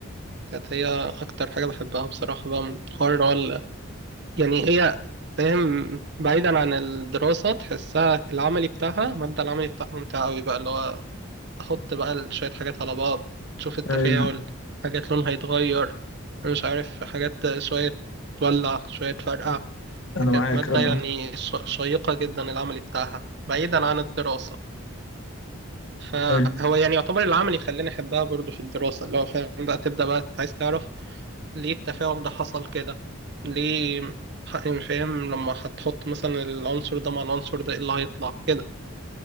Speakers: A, on the right; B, on the left.
A: كانت هي أكتر حاجة بحبها بصراحة بقى من حوار اللي هو ال- يعني هي فاهم بعيدا عن الدراسة تحسها العملي بتاعها المادة العملي بتاعها ممتعة أوي بقى اللي هو تحط بقى شوية حاجات على بعض تشوف التفاعل
B: ايوه
A: حاجات لونها يتغير أنا مش عارف حاجات شوية تولع شوية تفرقع
B: انا
A: فكانت
B: معاك
A: مادة
B: اه
A: يعني ش- شيقة جدا العملي بتاعها بعيدا عن الدراسة فهو
B: حلو
A: يعني يعتبر العملي خلاني أحبها برضو في الدراسة اللي هو فاهم بقى تبدأ بقى عايز تعرف ليه التفاعل ده حصل كده ليه ح- يعني فاهم لما هتحط مثلا العنصر ده مع العنصر ده ايه اللي هيطلع كده